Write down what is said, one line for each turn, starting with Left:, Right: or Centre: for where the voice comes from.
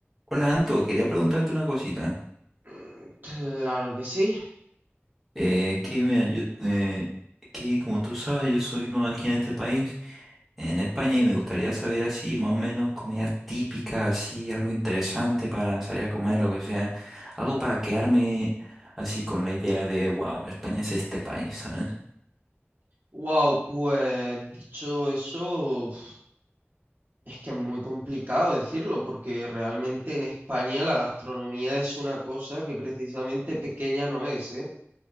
Centre: Hola Anto, quería preguntarte una cosita.
Right: Mm, Claro que sí.
Centre: Eh, es que mira, yo, eh, que como tú sabes, yo soy nuevo aquí en este país, en España, y me gustaría saber así, más o menos, comidas típicas, así, algo interesante para salir a comer, lo que sea. Algo para quedarme así con la idea de, wow, España es este país, ¿sabes?
Right: Wow, pues dicho eso, uf, es que es muy complicado decirlo porque realmente en España la gastronomía es una cosa que precisamente pequeña no es, ¿eh?